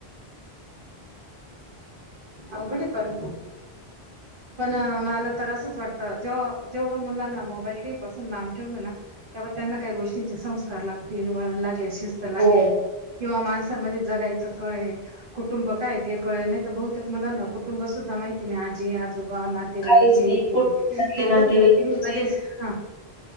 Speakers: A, on the right; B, on the left.
A: अवघड आहे पण. पण मला तर असंच वाटत जेव्हा जेवढं मुलांना मोबाईल टीव्ही पासून लांब ठेवलं ना तेव्हा त्यांना काही गोष्टींचे संस्कार लागतील, वळण लागेल शिस्त लागेल.
B: हो
A: किंवा माणसांमध्ये जगायचं कळेल, कुटुंब काय ते कळेल. नाही तर बहुतेक मुलांना कुटुंब सुद्धा माहिती नाही. आजी आज थोडा, नातेवाईक
B: काहीच
A: हे
B: नाही
A: ते
B: कुठ म्हटले
A: ते
B: नातेवाईक
A: फक्त टीव्हीमध्येच
B: म्हणजे
A: हं